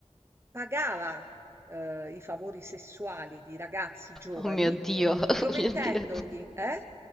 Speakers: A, on the right; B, in the centre.
A: Pagava, uhm, i favori sessuali di ragazzi giovani
B: Oh mio Dio, <laughs>
A: promettendogli
B: oh mio Dio.
A: eh?